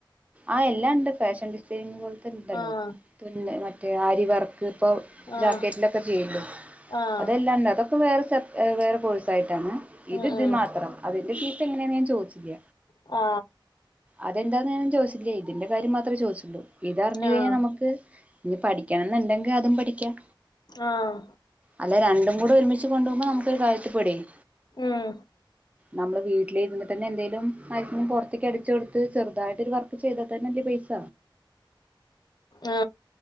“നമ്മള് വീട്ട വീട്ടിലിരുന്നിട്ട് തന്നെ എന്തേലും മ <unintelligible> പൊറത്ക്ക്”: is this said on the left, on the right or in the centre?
Right